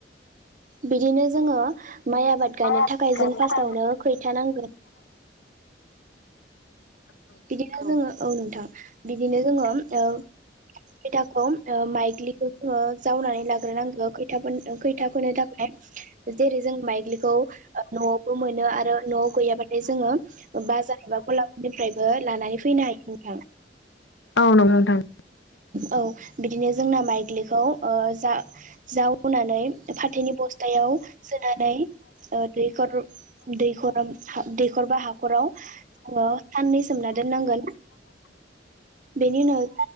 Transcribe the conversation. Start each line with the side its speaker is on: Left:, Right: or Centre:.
Right: बिदिनो जोङो माइ आबाद गायनो
Left: औ औ
Right: थाखाय जों
Left: नंगौ नोंथां
Right: फास्टावनो
Left: नंगौ
Right: खैथा नांगोन। बिदिनो जोङो औ नोंथां बिदिनो जोङो ओ खैथाखौ ओ माइग्लिखौ जोङो जावनानै लाग्रोनांगो खैथाफो खैथा फोनो थाखाय जेरै जों माइग्लिखौ ओ न'आवबो मोनो आरो न'आव गैयाबाथाय जोङो बाजार एबा ग'लाफोरनिफ्रायबो लानानै फैनो हायो नोंथां।
Left: औ नंगौ नोंथां।
Right: औ बिदिनो जोंना माइग्लिखौ ओ जा जावनानै फाथोनि बस्थायाव सोनानै ओ दैखर दैखर दैखर बा हाखराव <unintelligible> साननै सोमना दोननांगोन बेनि उनाव